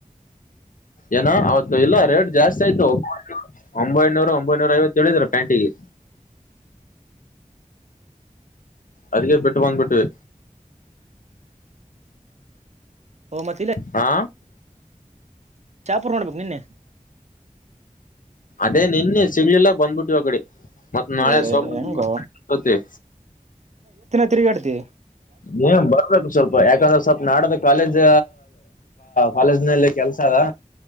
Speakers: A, on the left; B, on the right.
A: ಏನು ಅವತ್ತು ಇಲ್ಲ ರೇಟ್ ಜಾಸ್ತಿ ಆಯ್ತು ಒಂಬೈನೂರ ಒಂಬೈನೂರ ಐವತ್ತು ಹೇಳಿದ್ರ ಪ್ಯಾಂಟಿಗೆ ಅದಕ ಬಿಟ್ಟ ಬಂದ್ಬಿಟ್ವಿ
B: ಓ ಮತ್
A: ಹಾ
B: ಚಾಪೂರ್ ನೋಡಬೇಕು ನಿನ್ನೆ
A: ಅದೇ ನಿನ್ನೆ ಸಿಗ್ಲಿಲ್ಲ ಬಂದ್ಬಟ್ಟು ಅ ಕಡೆ ಮತ್ತ ನಾಳೆ
B: ಏ
A: ಸೋಮಾವಾರ
B: ಹೆಂಗೋ ತಿರುಗಾಡ್ತೀ
A: ನೀನ್ ಬರ್ಬೇಕು ಸ್ವಲ್ಪ ಯಾಕಂದ್ರೆ ಸ್ವಲ್ಪ ನಾಡ್ದ ಕಾಲೇಜ್ ಕಾಲೇಜ್ ನಲ್ಲಿ ಕೆಲಸ ಅದಾ